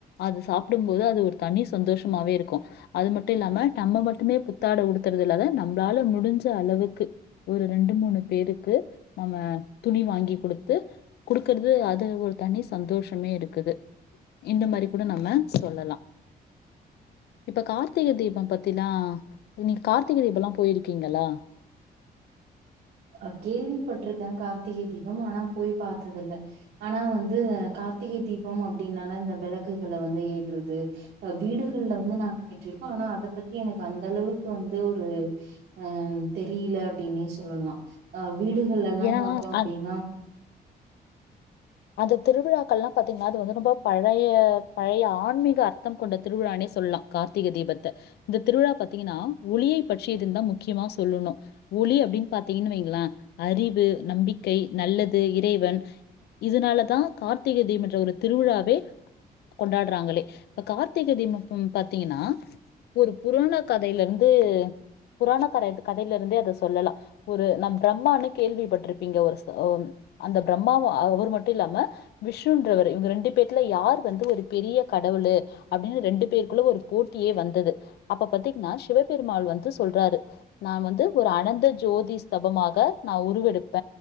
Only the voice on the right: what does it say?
அ கேள்விப்பட்டிருக்கே கார்த்திகை தீபம் ஆனா போய் பாத்ததில்ல. ஆனா வந்து கார்த்திகை தீபம் அப்டின்னால இந்த வெளக்குகல வந்து ஏற்றது அ வீடுகள்ல வந்து நாங்க ஏற்றிருக்கோ. ஆனா அத பத்தி எனக்கு அந்த அளவுக்கு வந்து ஒரு அ தெரியில அப்டீனே சொல்லலா. ஆவ் வீடுகள்ல எல்லா
பார்த்தோ அப்படினா,